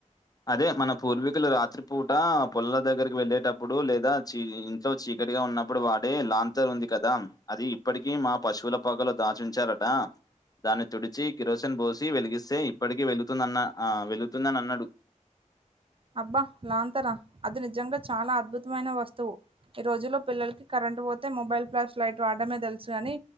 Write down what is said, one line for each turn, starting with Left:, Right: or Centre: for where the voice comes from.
Left: అదే మన పూర్వీకులు రాత్రి పూట పొలల దగ్గరికి వెళ్ళలేటప్పుడు లేదా చీ ఇంట్లో చీకటి ఉన్నప్పుడు వాడే లాంతర్ ఉంది కదా అది ఇప్పటికీ మా పశువుల పాకలో దాచుంచారట దాన్ని తుడిచి కిరోసిన్ బోసి వెలిగిస్తే ఇప్పటికి వెళతుందన్న అ వెల్ తుందని అన్నాడు
Right: అబ్బా లాంతరా అది నిజంగా చాలా అద్భుతమైన వస్తువు ఈ రోజుల్లో పిల్లలకి కరెంట్ పోతే మొబైల్ ఫ్లాష్ లైట్ వాడమే తెలుసుగాని